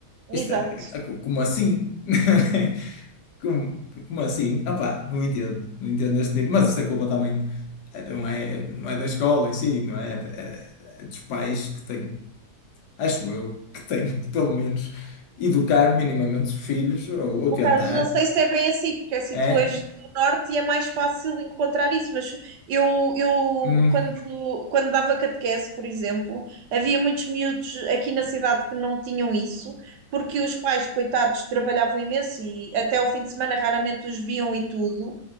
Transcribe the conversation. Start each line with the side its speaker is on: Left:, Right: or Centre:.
Right: Exato.
Left: Isto é, é, como assim? <laughs> Como, como assim? Opá, não entendo, não entendo este nível, mas isso é culpa também, eh, não é, não é da escola em si, não é, é, é dos pais que têm, acho eu, que têm que, pelo menos educar minimamente os filhos, ou, ou
Right: Oh,
Left: tentar,
Right: Carlos, não sei se é bem assim, porque assim
Left: é?
Right: tu és do norte e é mais fácil encontrar isso, mas eu, eu
Left: Hum,
Right: quando, quando dava catequese, por exemplo, havia muitos miúdos aqui na cidade que não tinham isso, porque os pais, coitados, trabalhavam imenso e até ao fim de semana raramente os viam e tudo,